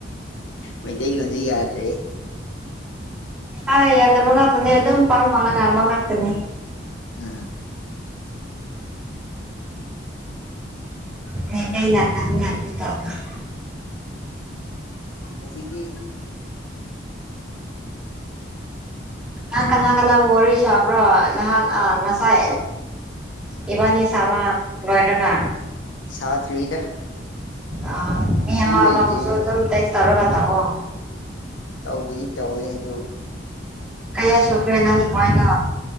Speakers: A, on the left (about 80°); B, in the centre.
A: ꯃꯩꯇꯩꯂꯣꯟꯁꯦ ꯌꯥꯗ꯭ꯔꯦ
B: ꯑ ꯑ ꯑꯗꯨ ꯃ ꯉꯥꯛꯇꯅꯦꯅꯤ ꯑꯗꯨꯝ ꯄꯥꯡ ꯐꯉꯥꯡ ꯉꯥꯛꯇꯅꯦ
A: ꯎ
B: <unintelligible>
A: ꯍꯧꯖꯤꯛꯀꯤ
B: ꯅꯪ ꯀꯅꯥ ꯀꯅꯥꯕꯨ ꯋꯥꯔꯤ ꯁꯥꯕ꯭ꯔꯣ ꯅꯍꯥꯟ ꯑ ꯉꯁꯥꯏ ꯏꯕꯥꯅꯤ ꯁꯥꯕ ꯂꫭꯏꯔꯒ
A: ꯁꯥꯠ ꯇ꯭ꯔꯤꯗ
B: ꯑ ꯃꯤ ꯑꯃꯕꯥꯎꯕꯨꯁꯨ
A: ꯂꯩꯇꯦꯅꯦ
B: ꯑꯗꯨꯝ ꯇꯦꯛꯁ ꯇꯧꯔꯒ ꯇꯧꯋꫭ
A: ꯇꯧꯕꯗꯤ ꯇꯧꯋꯦ ꯑꯗꯨ
B: ꯀꯌꯥ ꯁꯨꯈ꯭ꯔꯦ ꯅꯪꯒꯤ <unintelligible>